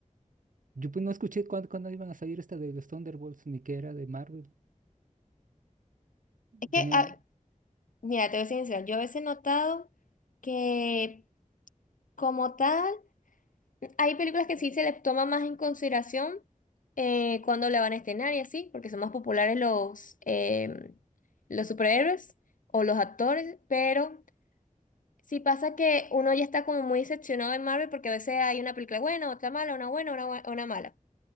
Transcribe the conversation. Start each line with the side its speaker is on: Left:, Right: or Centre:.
Right: Yo pues no escuché cuándo, cuándo iban a salir esta de los Thunderbolts, ni que era de Marvel.
Left: es que,
Right: Ya no era...
Left: ah, mira, te voy a ser sincera, yo a veces he notado que como tal... Hay películas que sí se les toma más en consideración eh, cuando la van a estrenar y así, porque son más populares los, em, los superhéroes o los actores, pero sí pasa que uno ya está como muy decepcionado de Marvel porque a veces hay una película buena, otra mala, una buena, una, bua- una mala.